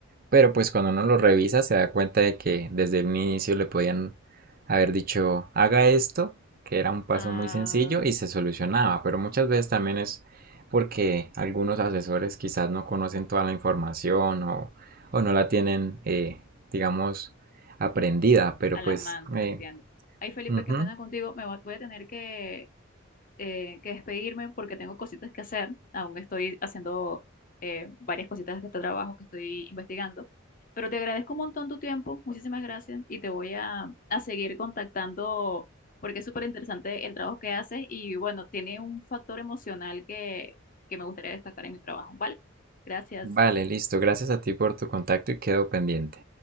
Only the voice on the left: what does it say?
Ah,
a la
mano, te
entiendo. Ay, Felipe,
qué pena contigo. Me va- voy a tener que, eh, que despedirme porque tengo cositas que hacer. Aún estoy haciendo eh, varias cositas de este trabajo que estoy investigando. Pero te agradezco un montón tu tiempo. Muchísimas gracias. Y te voy a, a seguir contactando porque es súper interesante el trabajo que haces. Y bueno, tiene un factor emocional que, que me gustaría destacar en mi trabajo. ¿Vale? Gracias.